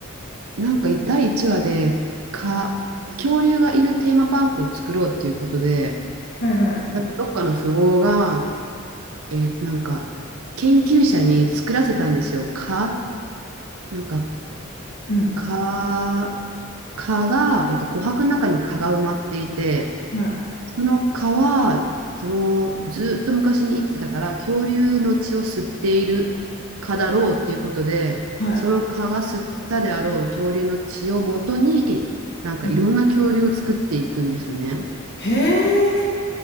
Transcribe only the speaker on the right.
なんか第1話で、か、
恐竜がいるテーマパークを作ろうっていうことで、
なんかどっかの富豪が、えーなんか研究者に作らせたんですよ。蚊、なんか
蚊、蚊が、えーっと、琥珀の中に蚊が埋まっていて、
その蚊は、その、ずっと昔に生きてたから、恐竜の血を吸っている蚊だろうっていうことで、
その蚊が吸ったであろう恐竜の血を元に、なんかいろんな恐竜を作っていくんですよね。